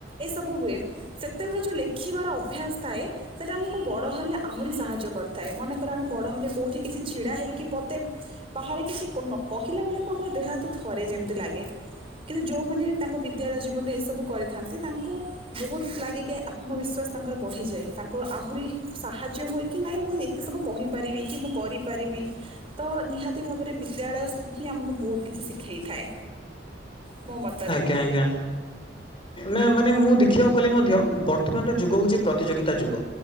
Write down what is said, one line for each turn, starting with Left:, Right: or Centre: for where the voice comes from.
Right: ଏସବୁ ହୁଏ। ସେତେବେଳେ ଯୋଉ ଲେଖିବାର ଅଭ୍ୟାସ ସ୍ଥାଏ। ସେଇଟା ଆମକୁ ବଡ ହେଲେ ଆହୁରି ସାହାଯ୍ୟ କରିଥାଏ ମନେକର ଆମେ ବଡ ହେଲେ କୋଉଠି କିଛି ଛିଡା ହେଇକି ପଦେ ବାହାରେ କିଛି କୋ ନ କହିଲା ବେଳକୁ ଆମର ଦେହ ହାତ ଥରେ ଯେମିତି ଲାଗେ। ଯୋଉମାନେ ତାଙ୍କ ବିଦ୍ୟାଳୟ ଜୀବନେ ଏସବୁ କରିଥାନ୍ତି ତାଙ୍କୁ ବହୁତ ଲାଗେ କି ଆତ୍ମବିଶ୍ୱାସ ତାଙ୍କର ବଢ଼ିଯାଏ। ତାଙ୍କ ଆହୁରି ସାହାଯ୍ୟ ହୁଏ କି ନାହିଁ ମୁଁ ଏତେ ସବୁ କହିପାରିବି କି ମୁଁ କରି ପାରିବି ତ ନିହାତି ଭାବରେ ବିଦ୍ୟାଳୟ ହିଁ ଆମକୁ ବହୁତ କିଛି ଶିଖେଇଥାଏ। ମୋମତ
Left: ଆଜ୍ଞା ଆଜ୍ଞା। ନା ମାନେ ମୁଁ ଦେଖିବାକୁ ଗଲେ ମଧ୍ୟ ବର୍ତ୍ତମାନର ଯୁଗ ହଉଛି ପ୍ରତିଯୋଗିତା ଯୁଗ।